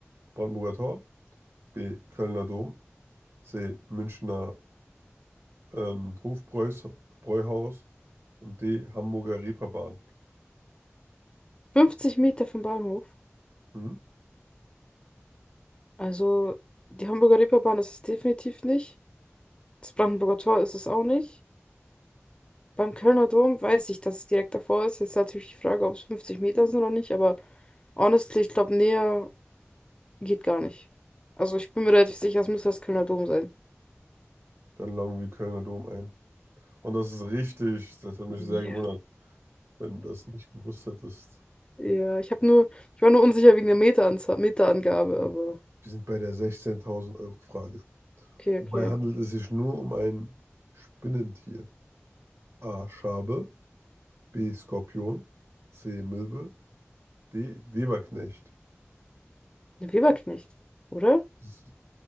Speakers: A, on the right; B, on the left.
A: Brandenburger Tor. B. Kölner Dom. C. Münchner ähm, Hofbräuhaus. und D. Hamburger Reeperbahn.
B: 50 Meter vom Bahnhof.
A: Hm?
B: Also, die Hamburger Reeperbahn ist es definitiv nicht. Das Brandenburger Tor ist es auch nicht. Beim Kölner Dom weiß ich, dass es direkt davor ist. Jetzt ist natürlich die Frage, ob es 50 Meter sind oder nicht, aber honestly, ich glaube, näher geht gar nicht. Also, ich bin mir relativ sicher, es müsste das Kölner Dom sein.
A: Dann loggen wir Kölner Dom ein. Und das ist richtig. Das hat mich
B: Ja.
A: sehr gewundert, wenn du das nicht gewusst hättest.
B: Ja, ich habe nur, ich war nur unsicher wegen der Meteranzahl, Meterangabe, aber
A: Wir sind bei der 16.000 Euro Frage.
B: okay, okay.
A: Wobei handelt es sich nur um ein Spinnentier? A. Schabe, B. Skorpion, C. Milbe, D. Weberknecht.
B: Eine Weberknecht, oder?
A: S-